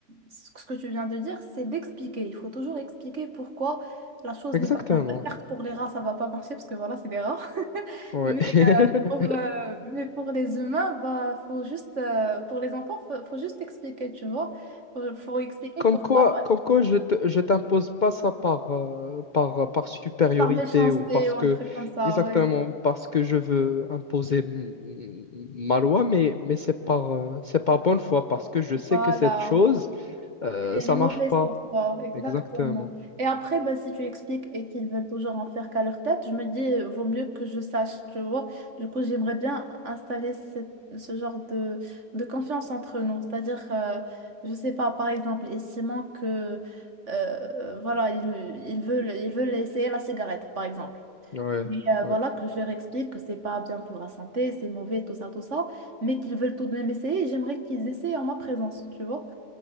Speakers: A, on the right; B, on the left.
A: ce que tu viens de dire, c'est d'expliquer. Il faut toujours expliquer pourquoi la chose
B: exactement,
A: n'est pas bien. Bah, Certes, pour les rats, ça va pas marcher parce que voilà, c'est des rats. <laughs>
B: ouais.
A: Mais
B: <laughs>
A: pour, euh, mais pour les humains, bah, faut juste, euh, pour les enfants, faut, faut juste expliquer, tu vois. Faut, faut expliquer
B: Comme
A: pourquoi,
B: quoi,
A: pas
B: comme quoi je te, je t'impose pas ça par, euh, par, par supériorité
A: Par méchanceté
B: ou parce
A: ou
B: que,
A: un truc comme ça,
B: exactement,
A: oui.
B: parce que je veux imposer m- m- ma loi, mais, mais c'est par, euh, c'est par bonne foi, parce que je sais
A: Voilà.
B: que cette chose, euh,
A: Elle
B: ça
A: est mauvaise
B: marche pas.
A: pour toi, exactement.
B: Exactement.
A: Et après, bah, si tu expliques et qu'ils veulent toujours en faire qu'à leur tête, je me dis, euh, vaut mieux que je sache, tu vois. Du coup, j'aimerais bien installer cette- ce genre de, de confiance entre nous. C'est-à-dire, euh, je sais pas, par exemple, et Simon que, euh, euh, voilà, ils, ils veulent, ils veulent essayer la cigarette, par exemple.
B: Ouais,
A: Mais euh,
B: ouais,
A: voilà, que je leur explique que c'est pas bien pour la santé, c'est mauvais, tout ça, tout ça, mais qu'ils veulent tout de même essayer, et j'aimerais qu'ils essaient en ma présence, tu vois.